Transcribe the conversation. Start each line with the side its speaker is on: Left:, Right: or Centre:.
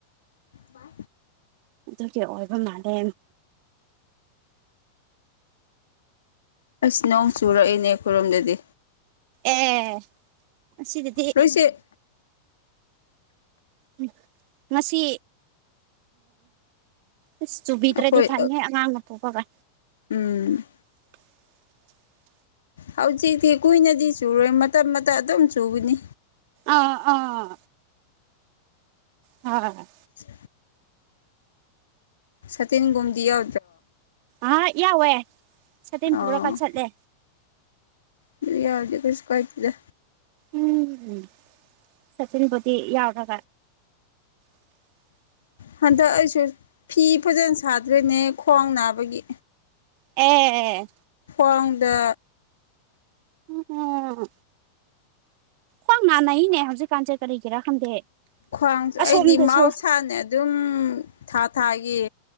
Left: ꯋꯥ
Right: ꯑꯗꯨ ꯀ ꯑꯣꯕ ꯃꯥꯗ
Left: ꯑꯁ ꯅꯣꯡ ꯆꯨꯔꯛꯏꯅꯦ ꯈꯨꯣꯏꯔꯣꯝꯗꯗꯤ
Right: ꯑꯦ ꯑꯁꯤꯗꯗꯤ
Left: ꯂꯣꯏꯁꯦ
Right: ꯎ ꯉꯁꯤ ꯑꯁ ꯆꯨꯕꯤꯗ꯭ꯔꯗꯤ
Left: ꯑꯩꯈꯣꯏ
Right: ꯐꯅꯤ ꯑꯉꯥꯡꯅ ꯄꯨꯣꯛꯄꯒ
Left: ꯎꯝ
Right: <inaudible>
Left: ꯍꯧꯖꯤꯛꯇꯤ ꯀꯨꯏꯅꯗꯤ ꯆꯨꯔꯣꯏ ꯃꯇꯝ ꯃꯇꯝ ꯑꯗꯨꯝ ꯆꯨꯒꯅꯤ
Right: ꯑꯥ ꯑꯥ ꯍ
Left: ꯑ ꯁꯇꯤꯟꯒꯨꯝꯗꯤꯌꯥ
Right: ꯑꯥ ꯌꯥꯎꯋꯦ ꯁꯇꯤꯟ
Left: ꯑꯣ
Right: ꯄꯨꯔ ꯀꯠ ꯆꯠꯂꯦ
Left: ꯑꯗꯨ ꯌꯥꯔꯗ ꯀꯁꯨꯀꯥꯏꯇꯗ
Right: ꯎꯝ ꯁꯆꯤꯟꯕꯨꯗꯤ ꯌꯥꯎꯔꯒ꯫ <unintelligible> <inaudible>
Left: ꯍꯟꯗꯛ ꯑꯩꯁꯨ ꯐꯤ ꯐꯖꯅ ꯁꯥꯗ꯭ꯔꯤꯅꯦ ꯈ꯭ꯋꯥꯡ ꯅꯥꯕꯒꯤ꯫
Right: ꯑꯦ꯫
Left: ꯄꯡꯗ꯫
Right: ꯑꯣ꯫ ꯍꯣꯡ ꯥꯟꯅꯩꯅꯦ ꯍꯧꯖꯤꯛꯀꯥꯟꯁꯦ ꯀꯔꯤꯒꯤꯔꯥ ꯈꯪꯗꯦ꯫
Left: ꯈ꯭ꯋꯥꯡꯁꯨ
Right: ꯑꯁꯣꯝꯗꯁꯨ
Left: ꯑꯩꯗꯤ ꯃꯍꯧꯁꯥꯅꯦ ꯑꯗꯨꯝ ꯊꯥ ꯊꯥꯒꯤ꯫